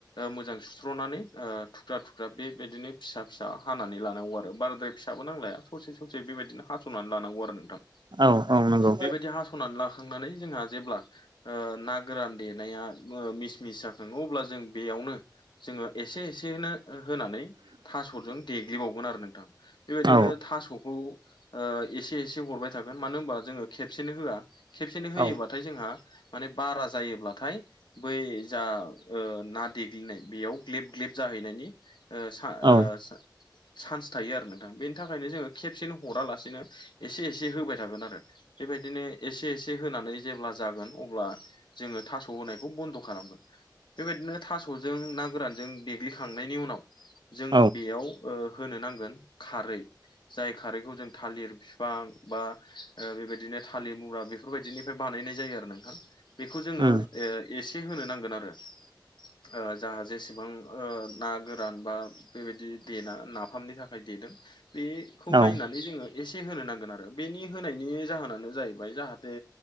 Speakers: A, on the left; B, on the right.
A: मोजां सुस्र'नानै थुख्रा थुख्रा बेबायदिनो फिसा फिसा हानानै लानांगौ आरो बाराद्राय फिसाबो नांलाया ससे ससे बेबायदिनो हास'नानै लानांगौ आरो नोंथां
B: औ औ नंगौ
A: बेबायदि हास'नानै लाखांनानै जोंहा जेब्ला ओ ना गोरान देनाया मिसमिस जाखाङो अब्ला जों बेयावनो जोङो एसे एसेनो होनानै थास'जों देग्लिबावगोन आरो नोंथां बेबायदिनो
B: औ
A: थास'खौ ओ एसे एसे हरबाय थागोन मानो होनबा जोङो खेबसेनो होया खेबसेनो
B: औ
A: होयोबा थाय जोंहा माने बारा जायोब्लाथाय बै जा ओ ना देग्लिनाय बेयाव ग्लिब ग्लिब जाहैनायनि ओ सा
B: औ
A: ओ‌ सा चान्स थायो आरो नोंथां बेनि थाखायनो जोङो खेबसेनो हरालासेनो एसे एसे होबाय थागोन आरो बेबायदिनो एसे एसे होनानै जेब्ला जागोन अब्ला जोङो थास' होनायखौ बन्द' खालामगोन बेबायदिनो थास'जों ना गोरान जों देग्लिखांनायनि उनाव जोङो
B: औ
A: बेयाव ओ होनो नांगोन खारै जाय खारैखौ जों थालिर फिफां बा ओ बेबायदिनो थालिर मुरा बे फोरबायदिनिफ्राय बानायनाय जायो आरो नोंथां बेखौ जोङो
B: उम
A: ओ एसे होनो नांगोन आरो ओ जा जेसे सेबां ओ ना गोरान बा बेबायदि देना नाफामनि थाखाय देदों बे खौ नायनानै
B: औ औ
A: जोङो एसे होनो नांगोन आरो बेनि होनायनि जाहोनानो जाहैबाय जाहाथे